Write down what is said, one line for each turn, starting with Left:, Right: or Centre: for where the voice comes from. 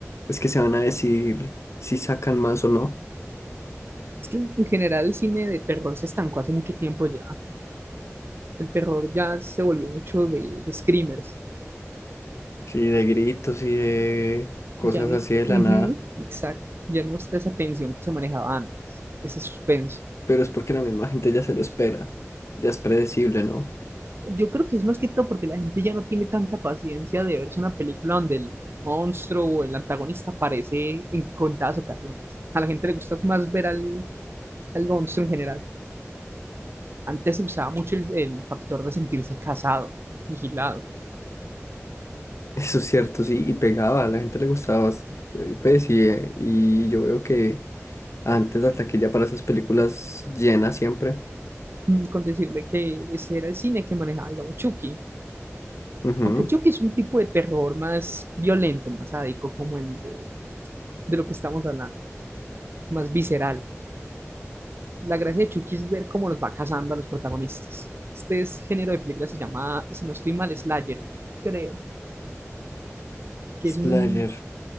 Left: pues que se van a decir si sacan más o no.
Right: Es que en general el cine de terror se estancó hace mucho tiempo ya. El terror ya se volvió mucho de, de screamers.
Left: Sí, de gritos y de cosas
Right: Ya no hay-
Left: así de la
Right: Ujú,
Left: nada.
Right: exacto. Ya no está esa tensión que se manejaba antes, ese suspenso.
Left: Pero es porque la misma gente ya se lo espera. Ya es predecible, ¿no?
Right: Yo creo que es más que todo porque la gente ya no tiene tanta paciencia de verse una película donde el monstruo o el antagonista aparece en contadas ocasiones. A la gente le gusta más ver al, al monstruo en general. Antes se usaba mucho el, el factor de sentirse casado, vigilado,
Left: <laughs> Eso es cierto, sí, y pegaba, a la gente le gustaba, bast- pues, pues, y, eh, y yo veo que antes la taquilla para esas películas llena siempre.
Right: mm, con decirle que ese era el cine que manejaba, digamos, Chucky.
Left: Ujú.
Right: Aunque Chucky es un tipo de terror más violento, más sádico, como el de, de lo que estamos hablando, más visceral. La gracia de Chucky es ver cómo los va cazando a los protagonistas. Este es- género de película se llama, si no estoy mal, Slayer, creo, que
Left: Slayer.
Right: es un,